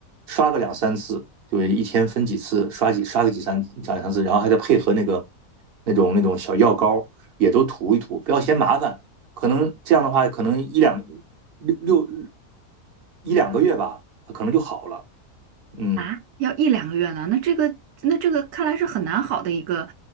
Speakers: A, on the right; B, on the right.
A: 刷个两三次，就是一天分几次，刷几刷个几三两三次，然后还得配合那个那种那种小药膏，也都涂一涂，不要嫌麻烦，可能这样的话，可能一两六六一两个月吧，可能就好了，嗯。
B: 啊，要一两个月呢？那这个，那这个看来是很难好的一个，